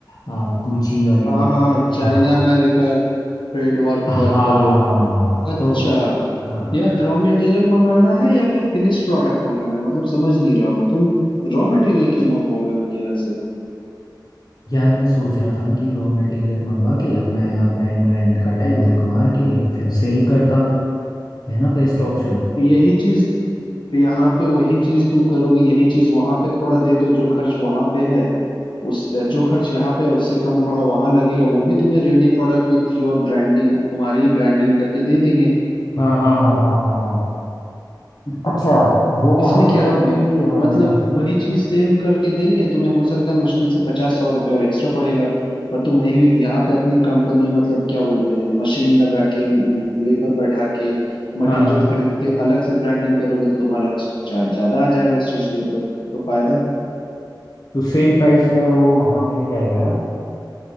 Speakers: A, on the left; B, on the left.
A: गुची वाली
B: हाँ हाँ चाइना
A: हाँ
B: अमेरिका ट्रेड वॉर
A: हाँ
B: की बात कर रहे हो अच्छा
A: तो हाँ
B: यार रॉ मटेरियल मंगाना है या फिर फिनिश प्रोडक्ट मंगाना है मतलब समझ नहीं रहा हूँ तुम रॉ मटेरियल क्यों मंगवाओगे उनके यहाँ से
A: यार मैं सोच रहा था ना कि रॉ मटेरियल मंगवा के अपना यहाँ ब्रांड ब्रांड का टैग
B: हम्म
A: वैग मार के फिर सेल करता है ना बेस्ट ऑप्शन
B: तो यही चीज तो यहाँ पे वही चीज तुम करोगे यही चीज वहां पे थोड़ा दे दो जो खर्च वहां पे है उस जो खर्च यहाँ पे है उससे कम थोड़ा वहां लगेगा वो भी तुम्हें ready product with your branding तुम्हारी ही ब्रांडिंग करके दे देंगे
A: हाँ हाँ हाँ हाँ हाँ हाँ अच्छा वो वहाँ
B: इसमें
A: मतलब
B: क्या कम है
A: कि अ,
B: मतलब
A: जो
B: वही चीज सेम करके देंगे तुम्हें हो सकता है मुश्किल से पचास सौ रुपए और एक्स्ट्रा पड़ेगा पर तुम वही यहाँ पे अपनी कंपनी मतलब क्या बोलते हैं मशीन लगा के लेबर बैठा के मटेरियल
A: हाँ
B: खरीद के अलग से ब्रांडिंग करोगे तो तुम्हारा चार्ज ज्यादा आ जाएगा उस चीज के ऊपर तो फायदा
A: तो सेम प्राइस में वो वहाँ मिल जाएगा ना